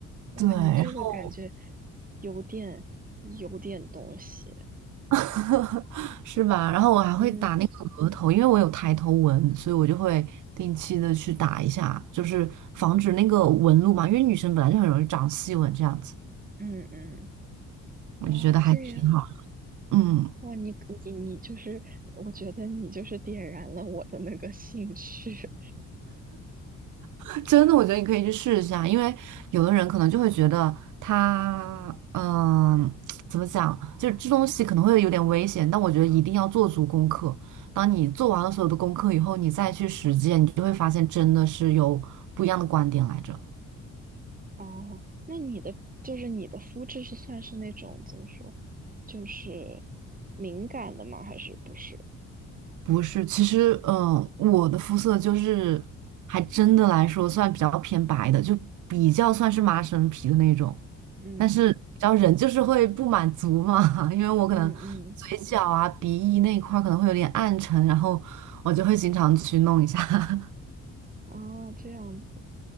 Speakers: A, on the right (about 30°); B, on the right (about 75°).
A: 哇，
B: 对，然后
A: 你这个感觉有点有点东西。
B: <laughs> 是吧？然后我还会打那个额头，
A: 嗯。
B: 因为我有抬头纹，所以我就会定期的去打一下，就是防止那个纹路嘛。因为女生本来就很容易长细纹这样子，
A: 嗯嗯，
B: 我就觉得还挺好。
A: 哦，这样，
B: 嗯。
A: 哇，你你你就是，我觉得你就是点燃了我的那个兴趣。
B: <laughs> 真的，我觉得你可以去试一下，因为有的人可能就会觉得他，嗯，怎么讲，就是这东西可能会有点危险，但我觉得一定要做足功课。当你做完了所有的功课以后，你再去实践，你就会发现真的是有不一样的观点来着。
A: <laughs> 哦，那你的就是你的肤质是算是那种怎么说，就是敏感的吗？还是不是？
B: 不是，其实，呃，我的肤色就是还真的来说算比较偏白的，就比较算是麻生皮的那种。
A: 嗯
B: 但是，你知道人就是会不满足嘛，<laughs> 因为我可能嘴角啊、
A: 嗯嗯，
B: 鼻翼那一块儿可能会有点暗沉，然后我就会经常去弄一下。
A: 啊，这样子。